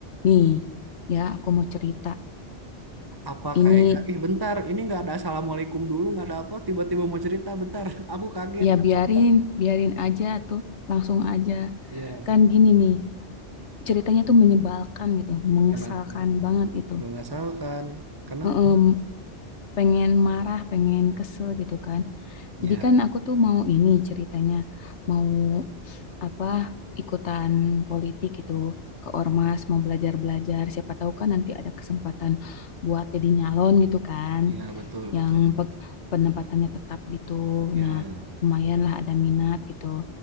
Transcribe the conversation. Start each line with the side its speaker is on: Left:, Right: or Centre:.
Left: Nih, ya aku mau cerita.
Right: Apa
Left: Ini
Right: Kak Ega? Ih bentar, ini nggak ada assalamualaikum dulu, nggak ada apa, tiba-tiba mau cerita, bentar. <laughs> Aku kaget,
Left: ya
Right: ada
Left: biarin,
Right: apa?
Left: biarin aja tuh, langsung aja.
Right: Iya,
Left: Kan gini nih, ceritanya tuh menyebalkan gitu, mengesalkan
Right: kenapa?
Left: banget gitu.
Right: Mengasalkan, kenapa?
Left: Em, pengen marah, pengen kesel gitu kan.
Right: Ya,
Left: Jadi kan aku tuh mau ini ceritanya, mau apa ikutan politik gitu ke ormas, mau belajar-belajar. Siapa tahu kan nanti ada kesempatan buat jadi nyalon gitu kan.
Right: ya betul,
Left: yang
Right: betul.
Left: pe- penempatannya tetap gitu.
Right: Ya,
Left: Nah, lumayan lah ada minat gitu.